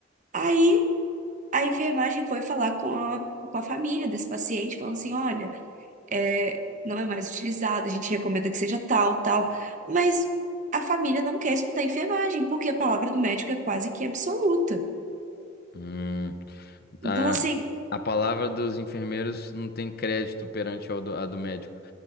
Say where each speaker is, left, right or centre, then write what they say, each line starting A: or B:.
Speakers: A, on the right; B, on the left.
A: Aí a enfermagem foi falar com a, com a família desse paciente, falando assim: olha, é, não é mais utilizado, a gente recomenda que seja tal, tal. Mas a família não quer escutar a enfermagem, porque a palavra do médico é quase que absoluta.
B: Hum,
A: Então,
B: a,
A: assim,
B: a palavra dos enfermeiros não tem crédito perante ao do- a do médico.